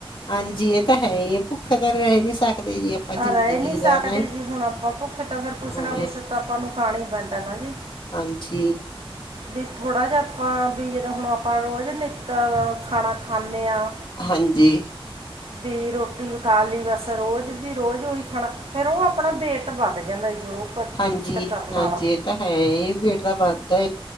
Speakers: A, on the left; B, on the right.
A: ਹਾਂਜੀ ਇਹ ਤਾਂ ਹੈ ਹੀ ਭੁੱਖੇ ਤਾਂ ਰਹਿ ਨੀ ਸਕਦੇ ਜੀ ਆਪਾਂ
B: ਆ
A: ਜ਼ਿੰਦਗੀ
B: ਰਹਿ ਨੀ
A: ਦਾ
B: ਸਕਦੇ
A: ਨਾ
B: ਜੀ ਹੁਣ ਆਪਾਂ ਭੁੱਖੇ ਤਾਂ ਫਿਰ ਕੁਛ
A: ਹਾਂ
B: ਨਾ ਕੁਛ ਤਾਂ ਆਪਾਂ ਨੂੰ ਖਾਣਾ ਹੀ ਪੈਂਦਾ ਨਾ ਜੀ
A: ਹਾਂਜੀ
B: ਵੀ ਥੋੜਾ ਜਿਹਾ ਆਪਾਂ ਵੀ ਜਦੋਂ ਹੁਣ ਆਪਾਂ ਰੋਜ਼ ਨਿੱਤ ਖਾਣਾ ਖਾਂਦੇ ਹਾਂ।
A: ਹਾਂਜੀ
B: ਤੇ ਰੋਟੀ ਪਕਾ ਲਈ ਬਸ ਰੋਜ਼ ਵੀ ਰੋਜ਼ ਉਹੀ ਖਾਣਾ ਫਿਰ ਉਹ ਆਪਣਾ ਵੇਟ ਵੱਧ ਜਾਂਦਾ ਜੀ ਕ
A: ਹਾਂਜੀ
B: ਕਰਨ ਵਾਲਾ
A: ਹਾਂਜੀ ਇਹ ਤਾਂ ਹੈ ਪੇਟ ਤਾਂ ਵੱਧਦਾ